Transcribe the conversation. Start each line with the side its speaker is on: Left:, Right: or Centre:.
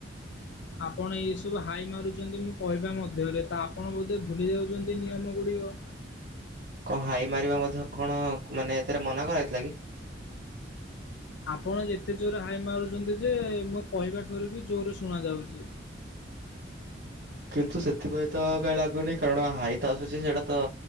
Left: ଆପଣ ଏଇ ସବୁ ହାଇ ମାରୁଛନ୍ତି ମୁଁ କହିବା ମଧ୍ୟରେ ତ ଆପଣ ବୋଧେ ଭୁଲି ଯାଉଛନ୍ତି ନିୟମ ଗୁଡ଼ିକ।
Right: କଣ ହାଇ ମାରିବା ମଧ୍ୟ କଣ ମାନେ ଏଥିରେ ମନା କରାହେଇଥିଲା କି।
Left: ଆପଣ ଏତେ ଜୋରରେ ହାଇ ମାରୁଛନ୍ତି ଯେ ମୁଁ କହିବା ଠୁାରୁ ବି ଜୋରରେ ଶୁଣ ଯାଉଚି।
Right: କିନ୍ତୁ ସେଥିପାଇଁ ତ କାହିଁ ଲାଗୁନି କାରଣ ହାଇ ତ ଆସୁଛି ସେଇଟା ତ